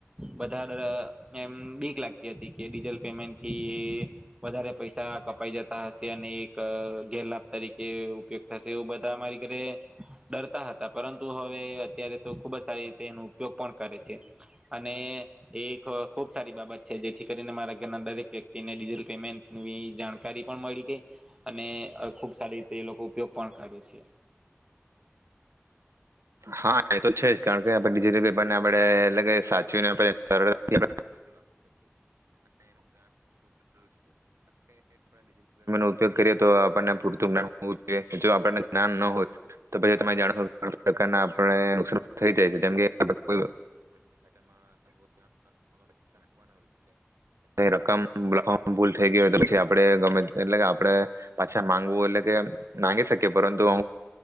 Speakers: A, on the right; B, on the right.
A: બધા અ એમ બીક લાગતી હતી કે ડિજટલ પેમેન્ટથી વધારે પૈસા કપાઈ જતા હશે અને એક ગેરલાભ તરીકે ઉપયોગ થશે એવું બધા મારી ઘરે ડરતા હતા, પરંતુ હવે અત્યારે તો ખુબ જ સારી રીતે એનું ઉપયોગ પણ કરે છે અને એ એક ખુબ સારી બાબત છે જેથી કરીને મારા ઘરના દરેક વ્યક્તિને ડિજટલ પેમેન્ટની જાણકારી પણ મળી ગઈ અને ખુબ સારી રીતે એ લોકો ઉપયોગ પણ કરે છે.
B: હા એ તો છે જ કારણ કે આપણે ડિજિટલ પેપર ને આપડે એગ સાચીવીને આપડે. સરળ <unintelligible> ઉપગ કરીએ તો <unintelligible> જોઈએ જો આપને જ્ઞાન ન હોય તો પછી જાણ. <unintelligible> થ જાય છે કે ખા હો રકમ ભૂલ થઈ ગ હોય પછી આપ ગમે એટલે આપણે પાછા માંગવું એટલે કે મામાંગી શકીએ પરંતુ